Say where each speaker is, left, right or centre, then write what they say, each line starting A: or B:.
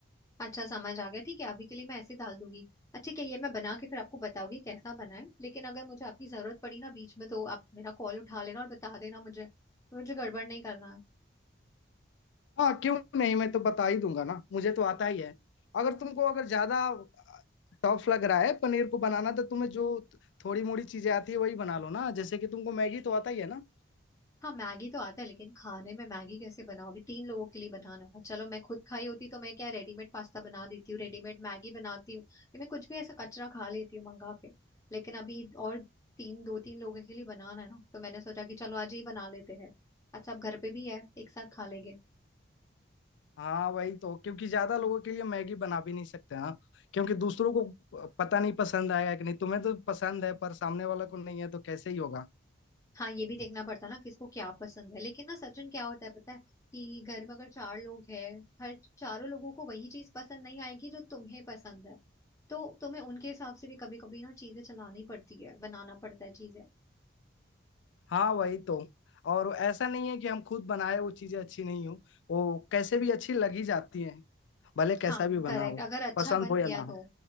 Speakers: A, on the left; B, on the left.
A: अच्छा समझ आ गया ठीक है अभी के लिए मैं ऐसे डाल दूंगी अच्छा क्या ये मैं बना के फिर आपको बताऊंगी कैसा बना है लेकिन अगर मुझे आपकी जरूरत पड़ी ना बीच में तो आप मेरा कॉल उठा लेना और बता देना मुझे मुझे गड़बड़ नहीं करना है
B: हाँ क्यों नहीं मैं तो बता ही दूंगा ना मुझे तो आता ही है अगर तुमको अगर ज्यादा टफ लग रहा है पनीर को बनाना तो तुम्हें जो थोड़ी मोड़ी चीजें आती है वही बना लो ना जैसे कि तुमको मैगी तो आता ही है ना
A: हाँ मैगी तो आता है लेकिन खाने में मैगी कैसे बनाओ अभी तीन लोगों के लिए बनाना है चलो मैं खुद खाई होती तो मैं क्या रेडीमेड पास्ता बना देती हूँ रेडीमेड मैगी बनाती हूँ ये मैं कुछ भी ऐसा कचरा खा लेती हूँ मंगा के लेकिन अभी और तीन दो तीन लोगों के लिए बनाना है ना तो मैंने सोचा कि चलो आज ही बना लेते हैं अच्छा अब घर पे भी है एक साथ खा लेंगे
B: हाँ वही तो क्योंकि ज्यादा लोगों के लिए मैगी बना भी नहीं सकते ना क्योंकि दूसरों को पता नहीं पसंद आएगा कि नहीं तुम्हें तो पसंद है पर सामने वाला को नहीं है तो कैसे ही होगा
A: हाँ ये भी देखना पड़ता ना किसको क्या पसंद है लेकिन ना सचिन क्या होता है पता है कि घर में अगर चार लोग हैं हर चारों लोगों को वही चीज पसंद नहीं आएगी जो तुम्हें पसंद है तो तुम्हें उनके हिसाब से भी कभी कभी ना चीजें चलानी पड़ती है बनाना पड़ता है चीजें
B: हाँ वही तो और ऐसा नहीं है कि हम खुद बनाए वो चीजें अच्छी नहीं हो वो कैसे भी अच्छी लग ही जाती है भले कैसा
A: हाँ
B: भी बना
A: करेक्ट
B: हो
A: अगर अच्छा
B: पसंद
A: बन
B: हो या
A: गया
B: ना
A: तो
B: हो